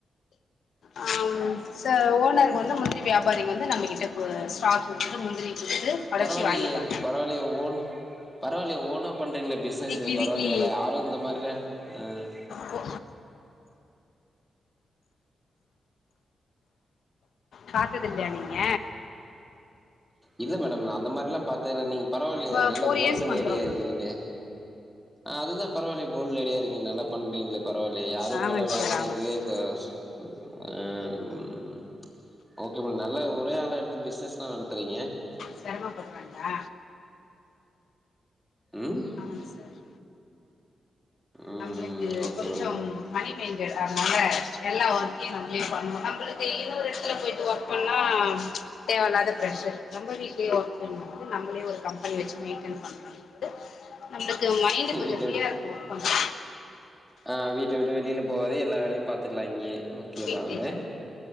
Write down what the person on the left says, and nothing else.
ஆ சா ஓனர் வந்து முந்திரி வியாபாரி வந்து நம்பகிட்டப் ஆ ஸ்டாக் குத்துட்டு முந்திரிய குடுத்து ஒடச்சி
வாங்கிப்பாங்க
வீக்லி
வீக்லி
போ காத்ததில்லையா நீங்க
நம்ம
ஃபோர்
இயர்ஸ் பண்றோம்
ஆமாங்க
சார்
ஆமாங்க சார்
செருமப்படுறாங்களா
அமங்க சார்
நம்மளுக்கு
கொஞ்சோ
மணிமைண்டாட்அதனால எல்லா ஒர்க்கையு நம்மளே பண்ணுவோ நம்மளுக்கு இன்னொரு எடத்துல போய்ட்டு ஒர்க் எப்புன்னா தேவையில்லாத பிரஷர் நம்ப வீட் <unintelligible> நம்மளே ஒரு கம்பெனி வச்சு மெயின்டன் பண்றபோது நம்ளுக்கு மைண்ட் கொஞ்சோ
ஃப்ரீயா
இருக்கு கொஞ்சோ
வீட்லயே